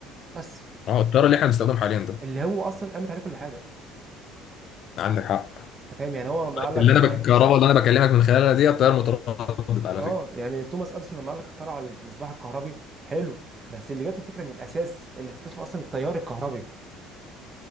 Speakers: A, on the right; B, on the left.
A: بس
B: آه التيار اللي إحنا بنستخدمه حاليا ده
A: اللي هو اصلا قامت عليه كل حاجه
B: عندك حق
A: انت فاهم يعني هو لما قال لك
B: اللي أنا بك... الكهرباء اللي أنا بكلمك من خلالها دي التيار المتردد على
A: اه
B: فكرة
A: يعني توماس اديسون لما قال لك اخترع المصباح الكهربي حلو بس اللي جات الفكره من الاساس اللي اكتشف اصلا التيار الكهربي